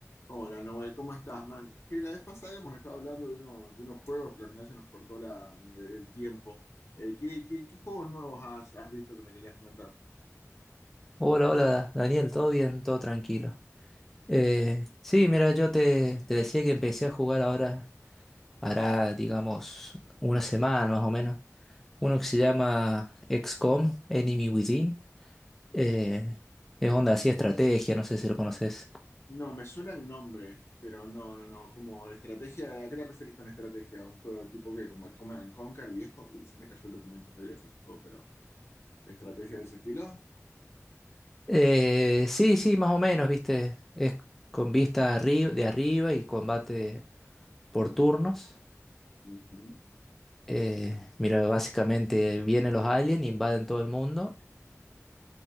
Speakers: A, on the left; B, in the centre.
A: Hola, Noel, ¿cómo estás, man? Que la vez pasada hemos estado hablando de, uno- de unos juegos, pero al final se nos cortó la- el tiempo. Eh, ¿qué, qué- qué juegos nuevos has, has visto que me querías comentar?
B: Hola, hola, Daniel, todo bien, todo tranquilo. Eh, sí, mira, yo te, te decía que empecé a jugar ahora, hará, digamos, una semana más o menos. Uno que se llama XCOM, Enemy Within. Eh, es onda así, estrategia, no sé si lo conoces.
A: No, me suena el nombre, pero no, no, no. Como estrategia, ¿a qué te referís con estrategia? ¿Un juego tipo que como el Command and Conquer viejo? Uy, se me cayó el documento re viejo ese juego, pero ¿estrategia de ese estilo?
B: Eh, sí, sí, más o menos, viste. Es con vista arri- de arriba y combate por turnos.
A: Ujú.
B: Eh, mira, básicamente vienen los aliens, invaden todo el mundo.